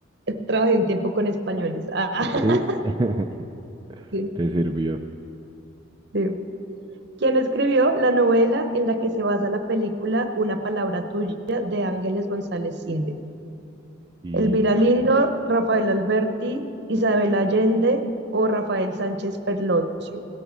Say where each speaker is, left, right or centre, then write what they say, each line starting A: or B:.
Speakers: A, on the right; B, on the right.
A: Trabajé un tiempo con españoles. Ah, <laughs>
B: Sí. <laughs>
A: sí,
B: Te sirvió.
A: sí. ¿Quién escribió la novela en la que se basa la película Una palabra tuya de Ángeles González Cinde?
B: Y
A: ¿Elvira Lindo, Rafael Alberti, Isabel Allende o Rafael Sánchez Ferlosio?